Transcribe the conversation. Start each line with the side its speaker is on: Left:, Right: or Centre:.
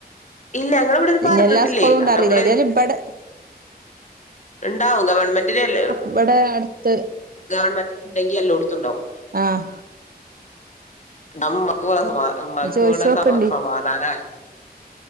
Left: ഇല്ല ഞങ്ങളിവിടെ
Right: പിന്നെ
Left: പറഞ്ഞിട്ടില്ലേ
Right: എല്ലാ സ്കൂളും ഉണ്ടറിയില്ലായിാലും
Left: അത് നമ്മള്
Right: ഇവിടെ
Left: <inaudible> ഉണ്ടാവും ഗവൺമെന്റിന്റെല്ല
Right: ഇവിടെ അടുത്ത്
Left: ഗവൺമെന്റ് ഉണ്ടെങ്കിൽ എല്ലാം കൊടുത്തുണ്ടാവും
Right: ആഹ
Left: നമ്മക്ക് കൂടെ സമാ മമ്മക്ക്
Right: ഇനി ചോയിച്ചോക്കണ്ടി
Left: കൂടെ സമാ സമാധാന